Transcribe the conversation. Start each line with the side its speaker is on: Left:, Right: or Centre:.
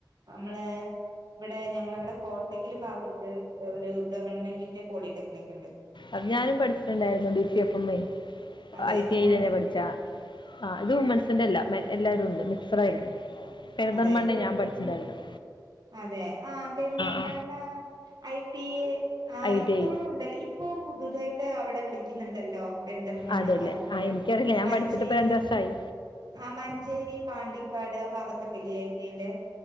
Right: നമ്മളെ ഇവിടെ ഞങ്ങള ഇവിടെ കോട്ടക്കല് ഭാഗത്ത് ഒരു ഗവൺമെന്റിന്റെ പോളിടെക്നിക്ക്‌ ഇണ്ട്
Left: അത്‌ ഞാനും പഠിച്ചിട്ടുണ്ടായിരുന്നു ഡി സി എഫ് മ്മെ
Right: അതെ
Left: ഐ ടി
Right: വുമൺസിന്റെ
Left: ഐലെന്നെ പഠിച്ചാ ആഹ ഇത് വുമൺസിന്റെ എല്ല എല്ലാരും ഉണ്ട് മിക്സഡ് ആയിരുന്നു പെരിന്തൽമണ്ണേ
Right: അതായത്
Left: ഞാൻ പഠിച്ചിണ്ടായിരന്നത്
Right: അതെ ആഹ് പെരിന്തൽമണ്ണ
Left: ആ
Right: ഐ ട്ടി എ ആ
Left: ഐ
Right: ഇപ്പോഴും
Left: ടി ഐ
Right: ഉണ്ടല്ല ഇപ്പൊ പുതുതായിട്ട് അവിടെ വിളിക്കുന്നുണ്ടല്ലോ പെരിന്തൽമണ്ണ
Left: അതല്ലേ
Right: ഭാഗത്തിക്കേറ്റെ
Left: ആ എനിക്കറിയില്ല ഞാൻ
Right: മഞ്ചേരി
Left: പഠിച്ചിട്ട് ഇപ്പോൾ രണ്ട് വർഷമായി
Right: ആ മൻ ഞ്ചേരി പാണ്ടിക്കാട് ആ ഭാഗത്തൊക്കെ ഇല്ലെ ഐ ട്ടി ഐ ന്റെ